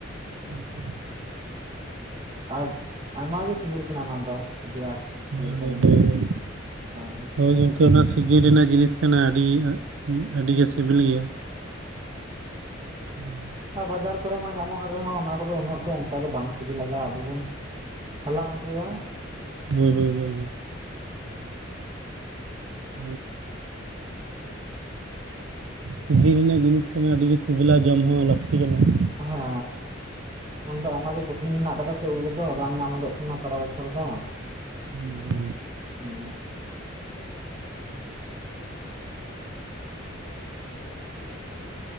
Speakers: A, on the right; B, on the right.
A: <unintelligible>
B: ᱟᱨ ᱟᱭᱢᱟᱜ ᱜᱮ ᱥᱤᱵᱤᱞ ᱛᱟᱦᱮᱸᱱᱟ ᱚᱱᱟ ᱫᱚ ᱟᱹᱰᱤ ᱟᱸᱴ᱾
A: ᱦᱳᱭ
B: ᱥᱤᱵᱤᱞ ᱛᱟᱦᱮᱱ
A: ᱦᱳᱭ
B: ᱜᱮᱭᱟ
A: ᱦᱳᱭ,
B: ᱦᱩᱸ
A: ᱦᱳᱭ ᱜᱚᱢᱠᱮ ᱚᱱᱟ ᱥᱤᱡᱤᱱ ᱨᱮᱱᱟᱜ ᱡᱤᱱᱤᱥ ᱠᱟᱱᱟ ᱾ ᱟᱹᱰᱤ ᱟᱹᱰᱤ ᱜᱮ ᱥᱤᱵᱤᱞ ᱜᱮᱭᱟ᱾ <unintelligible>
B: ᱟᱨ ᱵᱟᱡᱟᱨ ᱠᱚᱨᱮ ᱢᱟ ᱧᱟᱢᱚᱜ ᱨᱮᱦᱚᱸ ᱚᱱᱟ ᱠᱚᱫᱚ ᱩᱱᱟᱹᱜ ᱫᱚ ᱚᱱᱠᱟ ᱫᱚ ᱵᱟᱝ ᱥᱤᱵᱤᱞᱟ ᱟᱵᱚ ᱵᱚᱱ ᱦᱟᱞᱟᱝ ᱟᱜᱩᱭᱟ ᱾
A: ᱦᱳᱭ ᱦᱳᱭ ᱦᱳᱭ ᱾ <unintelligible> ᱥᱤᱡᱤᱱ ᱨᱮᱱᱟᱜ ᱡᱤᱱᱤᱥ‌ ᱠᱟᱱᱟ ᱟᱹᱰᱤᱜᱮ ᱥᱤᱵᱤᱞᱟ ᱡᱚᱢ ᱦᱚᱸ ᱞᱟᱹᱠᱛᱤ ᱠᱟᱱᱟ ᱾
B: ᱟᱦᱟ ᱢᱮᱱᱫᱚ ᱟᱭᱢᱟ ᱜᱮ ᱯᱨᱚᱴᱤᱱ ᱦᱮᱱᱟᱜ ᱟᱠᱟᱫᱟ ᱥᱮ ᱩᱫ ᱨᱮᱫᱚ᱾ ᱵᱟᱝ ᱧᱟᱢᱫᱚᱜ ᱛᱟᱦᱮᱱᱟ ᱥᱟᱨᱟ ᱵᱚᱪᱷᱚᱨ ᱫᱚ ᱾
A: ᱦᱩᱸ ᱾
B: ᱦᱩᱸ ᱾